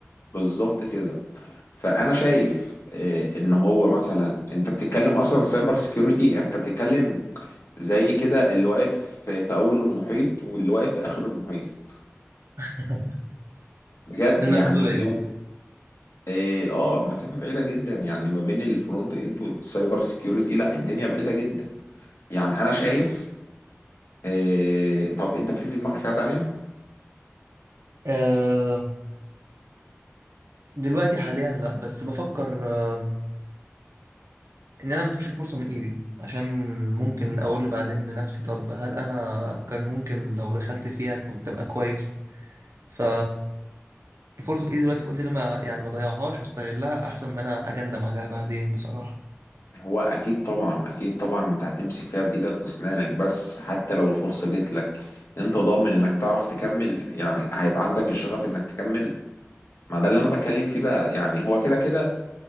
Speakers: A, on the left (about 80°); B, on the right (about 85°).
A: بالظبط كده فانا شايف آه، ان هو مثلا انت بتتكلم اصلا سايبر سكيورتي انت بتتكلم زي كده اللي واقف في في اول المحيط واللي واقف في اخر المحيط
B: <laughs>
A: بجد
B: المسافة
A: يعني
B: بعيد
A: يوم اه آه، مسافه بعيده جدا يعني ما بين الفرونت اند والسايبر سكيورتي لا الدنيا بعيده جدا يعني انا شايف إيه طب انت في في دماغك حاجة تانية؟
B: أه دلوقتي حاليا لا بس بفكر أه ان انا ما اسيبش الفرصة من ايدي عشان ممكن اقول بعدين لنفسي طب هل انا كان ممكن لو دخلت فيها كنت ابقى كويس ف الفرصه في ايدي دلوقتي فقلت ليه ما يعني ما اضيعهاش واستغلها احسن ما انا اجندم عليها بعدين بصراحه
A: هو اكيد طبعا اكيد طبعا انت هتمسك فيها بايدك واسنانك بس حتى لو الفرصة جت لك انت ضامن انك تعرف تكمل يعني هيبقى عندك الشغف انك تكمل ما ده اللي انا بتكلم فيه بقى يعني هو كده كده